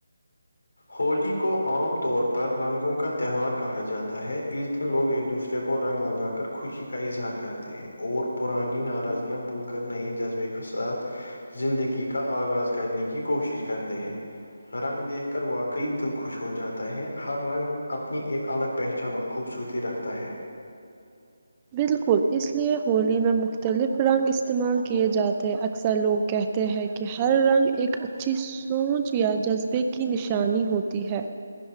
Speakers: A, on the left; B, on the right.
A: ہولی کو عام طور پر رنگوں کا تہوار کہا جاتا ہے اس دن لوگ ایک دوسرے کو رنگ لگا کر خوشی کا اظہار کرتے ہیں اور پرانی ناراضگیاں بھول کر نئے جذبے کا ساتھ زندگی کا آغاز کرنے کی کوشش کرتے ہیں رنگ دیکھ کر کر واقعی دل خوش ہو جاتا ہے ہر رنگ اپنی ایک الگ پہچان اور خوبصورتی رکھتا ہے
B: بالکل اس لیے ہولی میں مختلف رنگ استعمال کیے جاتے ہیں اکثر لوگ کہتے ہیں کہ ہر رنگ ایک اچھی سوچ یا جذبے کی نشانی ہوتی ہے